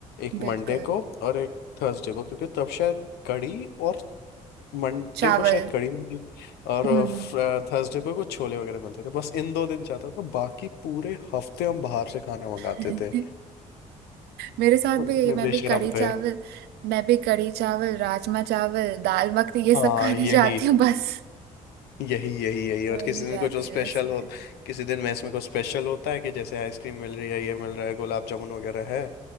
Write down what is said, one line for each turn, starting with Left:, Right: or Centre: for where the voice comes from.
Left: एक
Right: बिल्कुल
Left: मंडे को और एक थर्सडे को क्योंकि तब शायद कड़ी और मंडे
Right: चावल
Left: को शायद कड़ी मिलती थी और
Right: हम्म
Left: थर्सडे को कुछ छोले वगैरह मिलते थे बस इन दो दिन जाता था बाकी पूरे हफ्ते हम बाहर से खाना मंगाते
Right: <laughs>
Left: थे
Right: मेरे साथ
Left: वो
Right: भी
Left: इतने
Right: यही मैं
Left: बेशरम
Right: भी कढ़ी चावल
Left: थे
Right: मैं भी कढ़ी चावल राजमा चावल दाल मखनी ये सब
Left: हाँ
Right: खाने
Left: यही
Right: जाती हूँ बस
Left: यही यही यही और
Right: और
Left: किसी
Right: नहीं
Left: दिन
Right: जाती
Left: कुछ स्पेशल
Right: बस मैं
Left: हो किसी दिन मैस में कुछ स्पेशल होता है कि जैसे आइसक्रीम मिल रही है ये मिल रहा है गुलाब जामुन वगैरह है